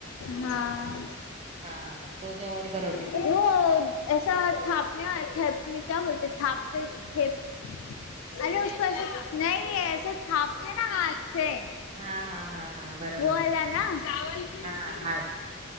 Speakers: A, on the left; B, on the right.
A: ہاں
B: ہاں تو جواری کا روٹی
A: وہ
B: بنے
A: تو
B: گی
A: ایسا تھا پنے تھپنے کیا بولتے تھا پتے تھیپتے ارے اس کو ایسے نہیں ہے ایسے تھا پتے نا ہاتھ سے
B: ہاں ہاں ہاں ہاں برابر
A: وہ والا نا روٹی
B: ہاں ہاتھ